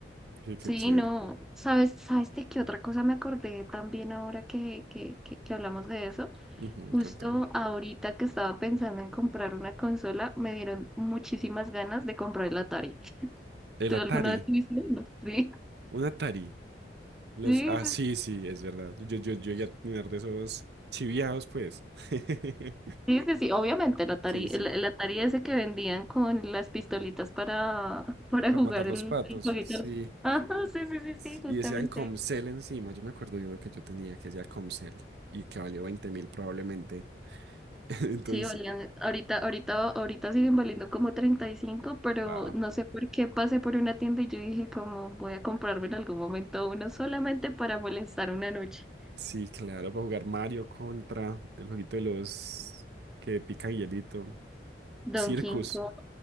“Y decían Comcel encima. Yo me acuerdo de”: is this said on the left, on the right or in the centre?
Right